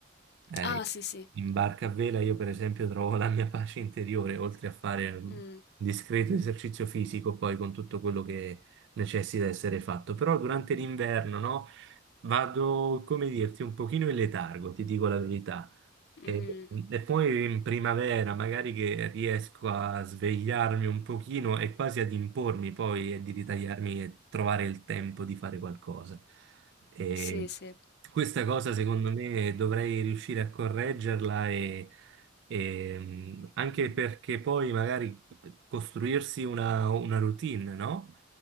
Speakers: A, on the right; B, on the left.
A: Eh,
B: Ah, sì, sì.
A: in barca a vela io per esempio trovo la mia pace interiore, oltre a fare un
B: Mh,
A: discreto esercizio fisico poi con tutto quello che necessita essere fatto. Però durante l'inverno, no? Vado, come dirti, un pochino in letargo, ti dico la verità. E,
B: mh,
A: e poi in primavera magari che riesco a svegliarmi un pochino e quasi ad impormi poi e di ritagliarmi e trovare il tempo di fare qualcosa. E
B: sì, sì.
A: questa cosa secondo me dovrei riuscire a correggerla e, e, mh, anche perché poi magari costruirsi una, una routine, no?